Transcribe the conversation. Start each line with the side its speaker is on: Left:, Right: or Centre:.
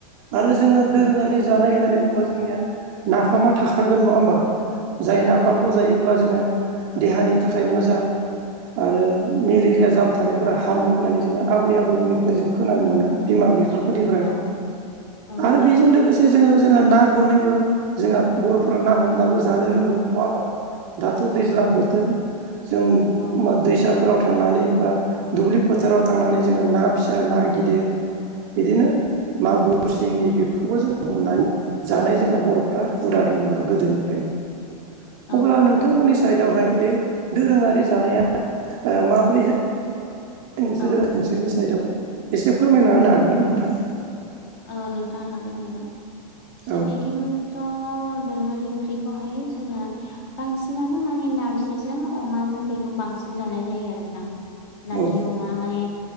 Right: आरो
Left: उम
Right: जोङो दोरोङारि जानाय होन्नानै बुंङोबा जोंनिया नाफामा थाखागोन नङा होमबा। जाय
Left: औ
Right: नाफामखौ
Left: नंगौ
Right: जायोब्ला जोङो देहानि थाखाय मोजां आरो मेलेरिया
Left: औ
Right: जाम थानायफोरा हामो होननानै जोङो आबै आबौमोननिफ्राय जों खोनानो मोनो बिमा बिफा फोरफ्राय
Left: औ औ
Right: आरो
Left: नंगौ
Right: बेजों लोगोसे जोङो जोंहा ना गुरनायबो जोंहा बर'फोरा ना हमनाबो जानो रोंगौ नङा होमबा। दाथ'
Left: औ
Right: दैज्लां
Left: नंगौ
Right: बोथोर जों
Left: औ
Right: दैसा फोराव थांनानै बा दुब्लि फोथाराव थांनानै जोङो ना फिसा ना गिदिर बिदिनो मागुर सिंगि बे बेखौबो जों हमनानै जानाय जोंहा बर'फ्रा हुदा दङ आरो गोदोनिफ्रायनो
Left: औ
Right: अब्ला नोंथांमोननि साइदआवहाय बे दोरोङारि जानाया माबोरैहाय नोंसोरो
Left: औ
Right: नोंसोरनि साइदआव एसे फोरमायना होनो हागोन ना नोंथां।
Left: औ नोंथां हागोन हागोन जोंनिथिंथ'
Right: औ
Left: दोरोङारि ओंख्रिखौहाय जोंना बांसिनानो माने नारजिजों अमाजों बेखौ बां सिन जानाय जायो आरोना। नारजि
Right: औ
Left: अमा माने